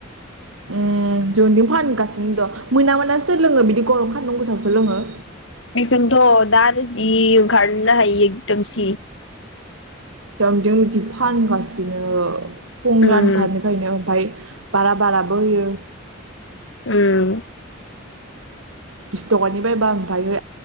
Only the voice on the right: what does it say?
उम जोनिथिं फानगासिनो दं, मोना मोनाव सोर लोङो बिदि गरम खानदुं गोसावसो लोङो।
जोंनिथिं बिदि फानगासिनो। फुं
आनथारनिफ्रायनो आमफाय बारा बाराबो होयो।
बिस थ'कानि बायबा आमफायो